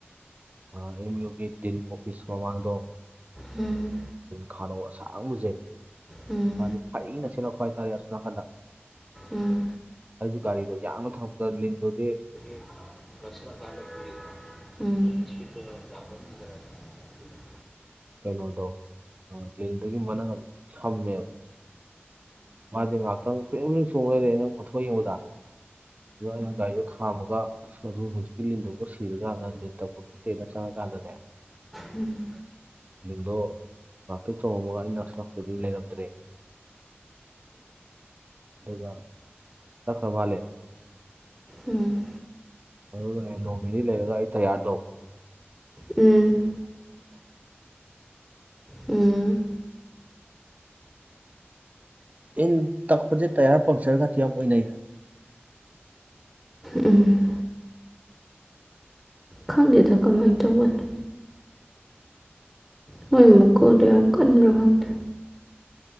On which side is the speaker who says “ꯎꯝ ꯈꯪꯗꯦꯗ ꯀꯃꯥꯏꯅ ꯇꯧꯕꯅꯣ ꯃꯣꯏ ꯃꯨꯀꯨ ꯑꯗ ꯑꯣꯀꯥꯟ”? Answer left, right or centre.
Centre